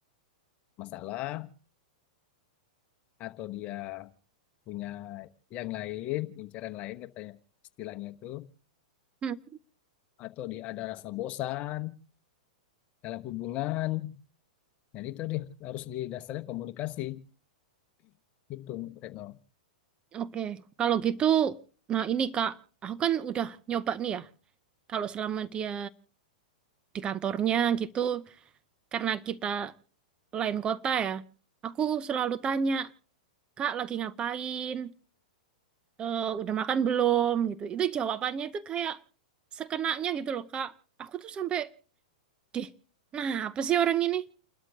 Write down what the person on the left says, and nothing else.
masalah atau dia punya yang lain incaran lain katanya istilahnya itu
atau dia ada rasa bosan dalam hubungan jadi itu dia harus didasarkan komunikasi itu retno